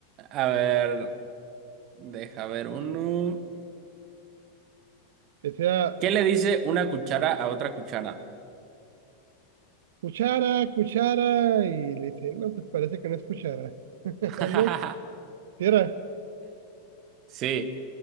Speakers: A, on the right; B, on the right.
A: ver. Deja ver uno.
B: Que sea
A: ¿Qué le dice una cuchara a otra cuchara?
B: cuchara, cuchara, y le dice, no, pues parece que no es cuchara. <laughs>
A: <laughs>
B: No, sí era.
A: Sí.